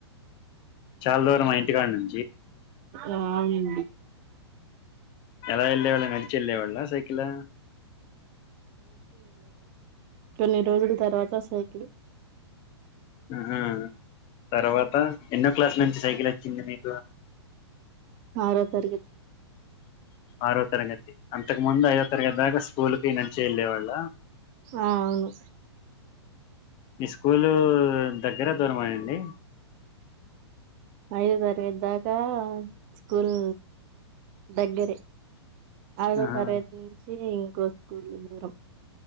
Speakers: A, on the left; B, on the right.
A: చాలా దూర మా ఇంటికాడ నుం
B: ఆ ఆమీన్
A: ఎలా ఎళ్ళే వాళ్ళు నడిచి ఎళ్ళే వాళ్ళ సైకిలా
B: డొనేట్ రోజుల తర్వాత సైకిల్
A: ఆ తర్వాత ఎన్నో క్లాసు నుంచి సైకిల్ వచ్చింది నికు
B: ఆరో తరగతి
A: ఆరో తరగతి అంతకు ముందు ఐదో తరగతి దాకా స్కూల్కి నడించి వెళ్ళే వాళ్ళ
B: ఆ అవును
A: మీ స్కూలు దగ్గర దూరమా అండి
B: ఐదో తరగతి దాకా స్కూల్ దగ్గరే ఐదో
A: ఆహా
B: తరగతి నుంచి ఇ కో స్కూళ్ళు దూరం.